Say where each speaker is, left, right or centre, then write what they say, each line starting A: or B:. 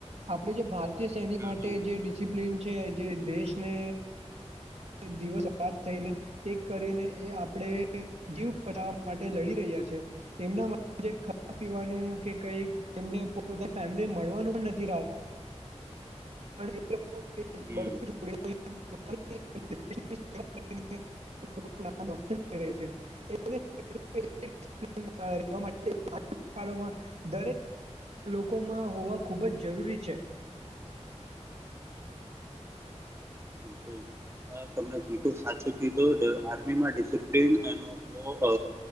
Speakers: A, on the right; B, on the right.
A: આપણે જે
B: હમ
A: ભારતીય સૈનિક
B: હમ
A: માટે
B: હમ
A: જે ડિસિપ્લિન છે જે દેશને દિવસ રાત થઈને એક કરીને એ આપણેે જીવ બચાવવા માટે લડી રહ્યા છે. એમના માટે ખાવા પીવાનું કે કઈક એને પોતા ફેમિલી મળવાનું પણ નથી રાત <unintelligible>
B: હમ
A: ર <unintelligible> વા માટેળમાં દરેક લોકોમાં હોવા ખૂબ જ જરૂરી છે
B: બિલકુલ તમને બિલકુલ સાચું કીધું આર્મીમાં ડિસપ્લન એનો ખૂબ